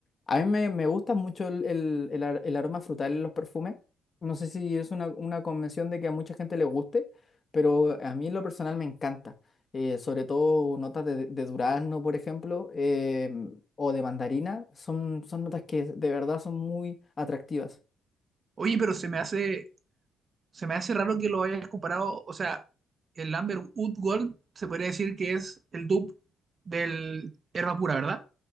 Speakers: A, on the left; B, on the right.
A: A mí me, me gusta mucho el, el- el ar- el aroma frutal en los perfumes. No sé si es una, una convención de que a mucha gente le guste, pero a mí en lo personal me encanta. Eh, sobre todo notas de, de durazno, por ejemplo, eh, o de mandarina. Son, son notas que de verdad son muy atractivas.
B: Oye, pero se me hace, se me hace raro que lo hayas comparado. O sea, el Amber Wood Gold se podría decir que es el dupe del hierba pura, ¿verdad?